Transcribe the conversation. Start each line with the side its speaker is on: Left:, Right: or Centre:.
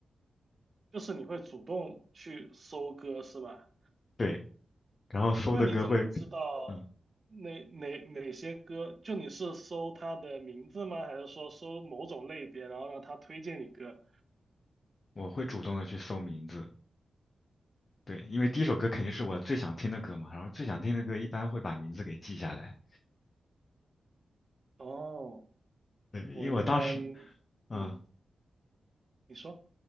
Right: 就是你会主动去搜歌是吧？
Left: 对，然后搜的歌会，
Right: 那你怎么知道哪哪哪些歌？
Left: 嗯，
Right: 就你是搜他的名字吗？还是说搜某种类别，然后让他推荐你歌？
Left: 我会主动的去搜名字。对，因为第一首歌肯定是我最想听的歌嘛，
Right: 哦
Left: 然后最想听的歌一般会把名字给记下来。
Right: 哦，
Left: 对，
Right: 我一般，
Left: 因为我当时，嗯，
Right: 嗯，你说，